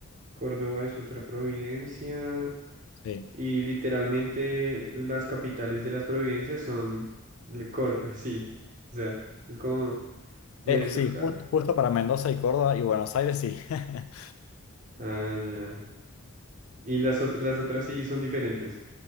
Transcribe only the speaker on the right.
Córdoba es otra providencia.
Y literalmente las capitales de las provincias son le- cor- <laughs> sí. O sea, es como Mendoza.
Ah, ya. Y las otras, las otras sí son diferentes.